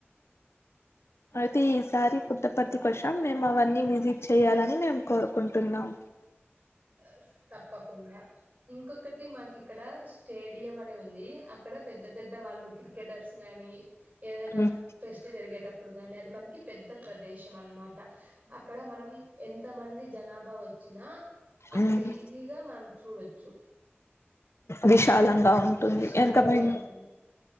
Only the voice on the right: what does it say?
ఎస్ తప్పకుండా ఇంకొకటి మాకి ఇక్కడ స్టేడియం అనే ఉంది. అక్కడ పెద్ద పెద్ద వాళ్ళు క్రికెటర్స్ గాని, ఏదైనా
ఫెస్ట్ జరిగేటప్పుడు గాని, అది మనకి పెద్ద ప్రదేశం అనమాట అక్కడ మనం ఎంత మంది జనాభా వచ్చినా అక్కడ
ఈజీగా మనం చూడొచ్చు
విశాలంగా
ఉంటుంది